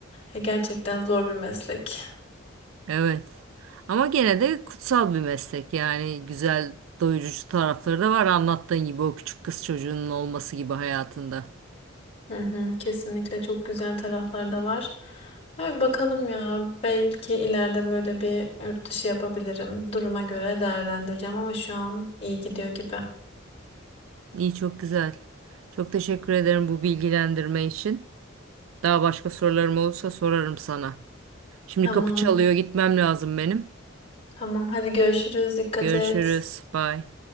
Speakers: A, on the left; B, on the right.
A: E, gerçekten zor bir meslek.
B: Evet. Ama gene de kutsal bir meslek. Yani güzel doyurucu tarafları da var. Anlattığın gibi o küçük kız çocuğunun olması gibi hayatında.
A: Hı hı, kesinlikle çok güzel taraflar da var. Yani bakalım ya belki ileride böyle bir yurt dışı yapabilirim. Duruma göre değerlendireceğim ama şu an iyi gidiyor gibi.
B: İyi çok güzel. Çok teşekkür ederim bu bilgilendirme için. Daha başka sorularım olursa sorarım sana. Şimdi
A: Tamam.
B: kapı çalıyor, gitmem lazım benim.
A: Tamam hadi görüşürüz. Dikkat
B: Görüşürüz.
A: et.
B: Bye.